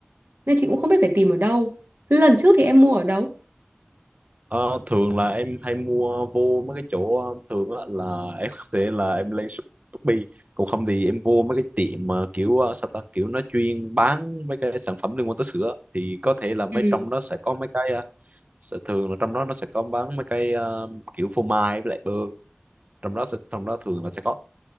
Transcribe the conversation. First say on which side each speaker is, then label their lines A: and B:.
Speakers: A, on the right (about 60°); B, on the right (about 40°).
A: nên chị cũng không biết phải tìm ở đâu. Lần trước thì em mua ở đâu?
B: Ờ, thường là em hay mua vô mấy cái chỗ ờ, thường á là <laughs> em có thể là em lên Shopee còn không thì em vô mấy cái tiệm mà kiểu ờ, sao ta kiểu nó chuyên bán mấy cái sản phẩm liên quan tới sữa thì có thể là mấy
A: Ừ.
B: trong đó sẽ có mấy cái ờ, sẽ thường là trong đó nó sẽ có bán mấy cái ờ, kiểu phô mai với lại bơ trong đó sẽ, trong đó thường là sẽ có